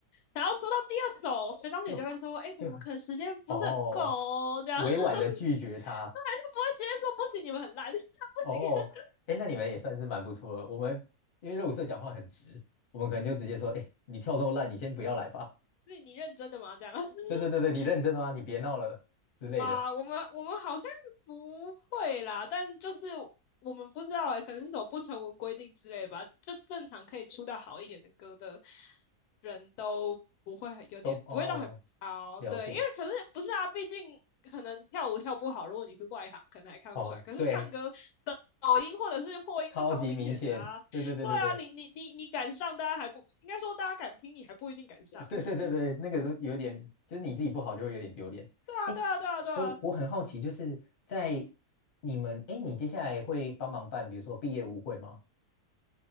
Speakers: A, on the left (about 80°); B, on the left (about 45°).
A: 然后拖到第二首，学长姐就会说：
B: 就就
A: “哎，我们可能时间不是很够哦这样，
B: 哦，委婉的拒绝他。
A: <laughs> 他还是不会直接说不行，你们很烂，<laughs> 不
B: 哦，
A: 行，<laughs>
B: 哎，那你们也算是蛮不错的。我们因为肉色讲话很直，我们可能就直接说，哎，你跳这么烂，你先不要来吧。
A: 是你认真的吗？这样，<laughs>
B: 对对对对，你认真的吗？你别闹了之类的，
A: 哇，我们我们好像不会啦，但就是我们不知道诶、可能是种不成文规定之类吧。就正常可以出到好一点的歌的人都不会很有点不会到很高，
B: 都哦，了解
A: 对，因为可是不是啊，毕竟可能跳舞跳不好，如果你是外行，可能还看不出来。
B: 哦，
A: 可是唱歌的抖音或者是破音就超明显的啊，
B: 对，超级明显，对对对对对，
A: 对啊，你你你你敢上，大家还不应该说大家敢听，你还不一定敢上。
B: 呃对对对对，
A: <laughs>
B: 那个都有点，就是你自己不好就会有点丢脸。
A: 对啊，
B: 哎
A: 对啊，对啊，对啊。
B: 哎，我我很好奇，就是在你们，哎，你接下来会帮忙办，比如说毕业舞会吗？